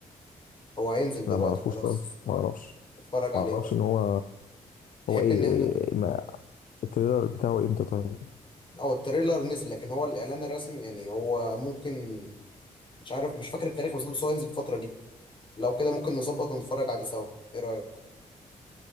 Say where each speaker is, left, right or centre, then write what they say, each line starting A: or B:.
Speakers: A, on the left; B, on the left.
A: هو هينزل دلوقتي
B: لا ما اعرفوش
A: خلاص
B: خالص ما اعرفش
A: اتفرج عليه
B: ما اعرفش
A: بقى
B: ان هو
A: تحب
B: هو ايه,
A: ان احنا
B: إيه ما التريلر بتاعه امتى طيب
A: او التريلر نزل لكن هو الاعلان الرسمي يعني هو ممكن مش عارف مش فاكر التاريخ بالظبط بس هو ينزل الفتره دي لو كده ممكن نظبط ونتفرج عليه سوا ايه رايك